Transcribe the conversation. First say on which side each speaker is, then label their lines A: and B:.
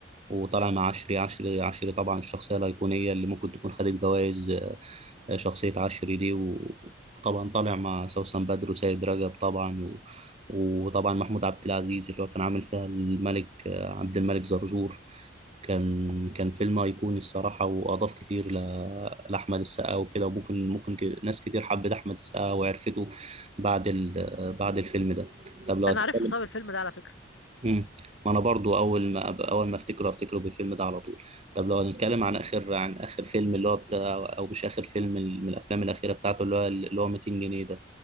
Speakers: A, on the right; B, on the left.
A: وطالع مع عشري عشري عشري طبعا الشخصيه الايقونيه اللي ممكن تكون خدت جوائز شخصية عشري دي وطبعا طالع مع سوسن بدر وسيد رجب طبعا و... وطبعا محمود عبد العزيز اللي هو كان عامل فيها الملك عبد الملك زرزور كان كان فيلم أيقوني الصراحة وأضاف كتير ل... لأحمد السقا وكده وممكن ممكن ك- ناس كتير حبت أحمد السقا وعرفته بعد ال... بعد الفيلم ده طب لو
B: انا
A: هتتكلم
B: عرفته بسبب الفيلم ده على فكره
A: امم ما انا برضو اول ما أب- اول ما افتكره افتكره بالفيلم ده على طول طب لو هنتكلم عن اخر عن اخر فيلم اللي هو بتاع او مش اخر فيلم ال- من الافلام الاخيره بتاعته اللي هو اللي هو 200 جنيه ده